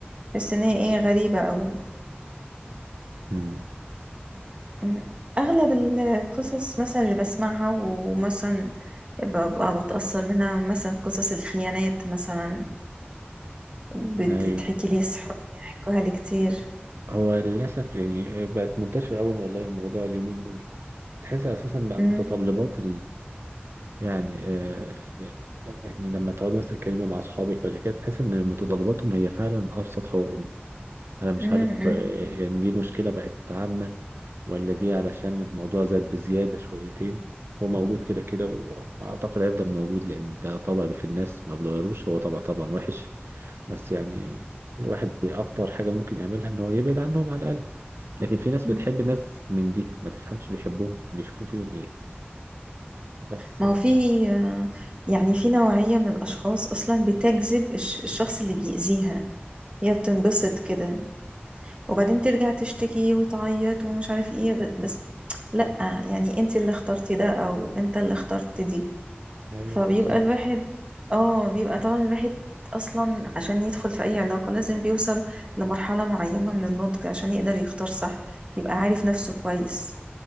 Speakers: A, on the right; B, on the right.
A: تحس إن هي ايه غريبة أوي
B: امم
A: أمم. أغلب القصص مثلا اللي بسمعها ومثلا ببقى بتأثر منها مثلا قصص الخيانات مثلا بتتحكي
B: ايوه
A: لي صحابي بيحكوها لي كتير
B: هو للاسف يعني بقت منتشره قوي والله الموضوع اليومين دول تحس اساسا بقى
A: أمم،
B: متطلبات يعني آه، يعني لما تقعد مثلا تتكلمي مع أصحابك ولا كده تحس إن متطلباتهم هي فعلا أبسط حقوقهم أنا مش
A: أمم،
B: عارف
A: أمم،
B: آه، يعني دي مشكلة بقت عامة ولا دي علشان الموضوع زاد بزيادة شويتين هو موجود كده كده وأعتقد هيفضل موجود لأن ده طبع في الناس ما بيتغيروش هو طبع طبعا وحش بس يعني الواحد بأكتر حاجة ممكن يعملها إن هو يبعد عنهم على الأقل لكن في ناس بتحب
A: أمم.
B: ناس من دي ما تفهمش بيحبوهم بيشوفوا فيهم إيه بس
A: ما
B: آه،
A: هو في آه، يعني في نوعية من الأشخاص أصلا بتجذب الش- الشخص اللي بيأذيها هي بتنبسط كده وبعدين ترجع تشتكي وتعيط ومش عارف ايه ب- بس لأ يعني انت اللي اخترتي ده أو انت اللي اخترت دي
B: أيوه
A: فبيبقى
B: بالظبط
A: الواحد اه بيبقى طبعا الواحد اصلا عشان يدخل في اي علاقة لازم بيوصل لمرحلة معينة من النضج عشان يقدر يختار صح يبقى عارف نفسه كويس